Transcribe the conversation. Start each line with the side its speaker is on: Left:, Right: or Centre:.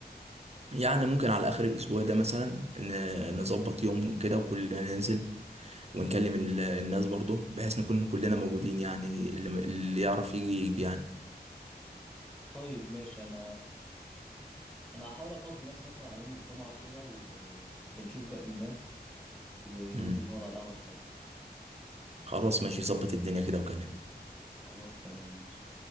Right: يعني ممكن على اخر الاسبوع ده مثلا ن- نظبط يوم كده وكلنا ننزل ونكلم ال- الناس برضو بحيث نكون كلنا موجودين يعني اللي اللي يعرف يجي يجي يعني
Centre: طيب ماشي انا انا هحاول افضي نفسي مثلا على يوم الجمعة كده و... ونشوف باقي الناس وننزل
Right: امم
Centre: نقعد على القهوة شوية
Right: خلاص ماشي ظبط الدنيا كده وكلمني
Centre: خلاص تمام ماشي